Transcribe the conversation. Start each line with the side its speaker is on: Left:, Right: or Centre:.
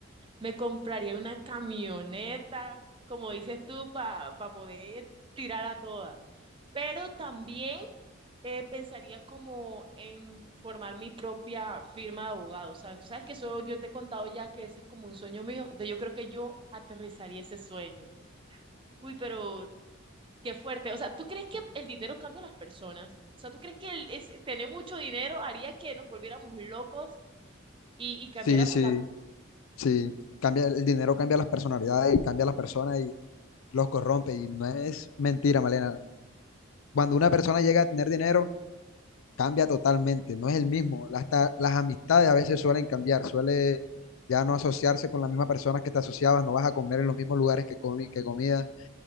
Right: Me compraría una camioneta, como dices tú, para poder tirar a toda. Pero también eh, pensaría como en formar mi propia firma de abogado, ¿sabes? Tú sabes que eso yo te he contado ya que ese es como un sueño mío, entonces yo creo que yo aterrizaría ese sueño. Uy, pero qué fuerte. O sea, ¿tú crees que el dinero cambia a las personas? O sea, ¿tú crees que el, es- tener mucho dinero haría que nos volviéramos locos y, y cambiáramos
Left: Sí, sí,
Right: la...
Left: sí, sí. Cambia, el dinero cambia las personalidades, cambia a las personas y los corrompe. Y no es mentira, Malena. Cuando una persona llega a tener dinero, cambia totalmente, no es el mismo. Hasta las amistades a veces suelen cambiar, suele ya no asociarse con las mismas personas que te asociabas, no vas a comer en los mismos lugares que, comi que comías.